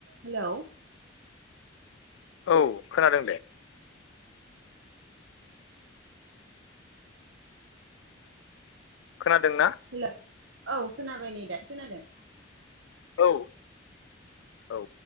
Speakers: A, on the right; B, on the left.
A: Hello
B: औ खोनादों दे खोनादों ना
A: हेलौ औ खोनाबाय नै दासो खोनादों
B: औ औ